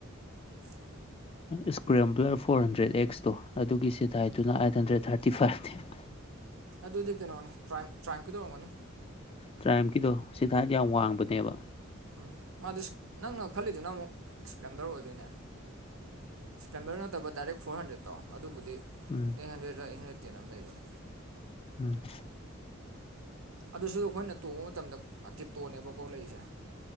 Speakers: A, on the right (about 80°); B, on the left (about 25°).
A: <unintelligible>
B: ꯏꯁꯀ꯭ꯔꯦꯝꯕꯂꯔ ꯐꯣꯔ ꯍꯟꯗ꯭ꯔꯦꯠ ꯑꯦꯛꯁꯇꯣ ꯑꯗꯨꯒꯤ ꯁꯤꯠ ꯍꯥꯏꯠꯇꯨꯅ ꯑꯥꯏꯠ ꯍꯟꯗ꯭ꯔꯦꯠ ꯊꯥꯔꯇꯤ ꯐꯥꯏꯞꯅꯦꯕ
A: ꯑꯗꯨꯗꯤ ꯀꯩꯅꯣꯅꯦ ꯇ꯭ꯔꯥꯏꯝ ꯇ꯭ꯔꯥꯏꯝ ꯀꯤꯗꯣ ꯑꯣꯏꯔꯝꯒꯅꯤ
B: ꯇ꯭ꯔꯥꯏꯝꯀꯤꯗꯣ ꯁꯤꯠ ꯍꯥꯏꯠ ꯌꯥꯝ ꯋꯥꯡꯕꯅꯦꯕ
A: ꯎꯝ ꯃꯥꯗꯤ ꯅꯪꯅ ꯈꯜꯂꯤꯗꯨꯅ ꯑꯃꯨꯛ ꯏꯁꯀ꯭ꯔꯦꯝꯕꯂꯔ ꯑꯣꯏꯗꯣꯏꯅꯦ ꯏꯁꯀ꯭ꯔꯦꯝꯕꯂꯔ ꯅꯠꯇꯕ ꯗꯥꯏꯔꯦꯛ ꯐꯣꯔ ꯍꯟꯗ꯭ꯔꯦꯠꯇꯣ ꯑꯗꯨꯕꯨꯗꯤ
B: ꯎꯝ
A: ꯑꯦꯠ ꯍꯟꯗ꯭ꯔꯦꯠꯔ ꯑꯦꯠ ꯍꯟꯗ꯭ꯔꯦꯠ ꯇꯦꯟꯂ ꯑꯃ ꯂꯩꯕꯅꯦ
B: ꯎꯝ
A: ꯑꯗꯨꯁꯨ ꯑꯩꯈꯣꯏꯅ ꯇꯣꯡꯕ ꯃꯇꯝꯗ ꯇꯤꯞꯇꯣꯅꯦꯕꯀꯣ ꯂꯩꯔꯤꯁꯦ